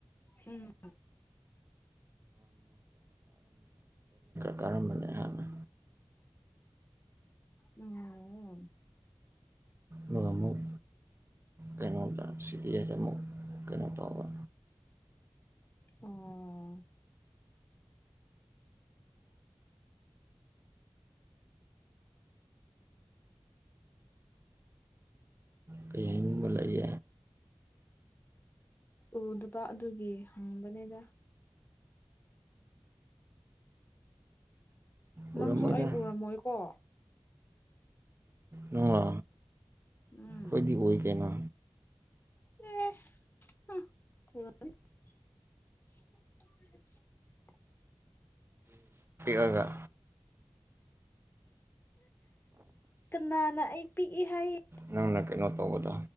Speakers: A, on the left (about 25°); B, on the right (about 30°).
A: ꯎꯝ
B: ꯀꯔ ꯀꯝ ꯃꯅꯦ ꯍꯥꯏꯅ
A: ꯎꯝ
B: ꯑꯗꯨꯒ ꯑꯃꯨꯛ ꯀꯩꯅꯣꯗ ꯁꯤ ꯗꯤ ꯑꯦꯁ ꯑꯃꯨꯛ ꯀꯩꯅꯣ ꯇꯧꯕ
A: ꯑꯣ
B: ꯀ ꯃꯂꯦ
A: ꯎꯗꯕ ꯑꯗꯨꯒꯤ ꯍꯪꯕꯅꯦꯗ
B: ꯎꯔꯝꯃꯣꯏꯗ
A: ꯅꯪꯁꯨ ꯑꯩ ꯎꯔꯝꯃꯣꯏꯀꯣ
B: ꯅꯪꯂꯣ
A: ꯎꯝ
B: ꯑꯩꯈꯣꯏꯗꯤ ꯑꯣꯏꯒꯦꯅ
A: ꯑꯦ ꯑ ꯀ <inaudible>
B: ꯑꯉ
A: ꯀꯅꯥꯅ ꯑꯩ ꯄꯤꯛꯏ ꯍꯥꯏꯌꯦ
B: ꯅꯪꯅ ꯀꯩꯅꯣ ꯇꯧꯕꯗ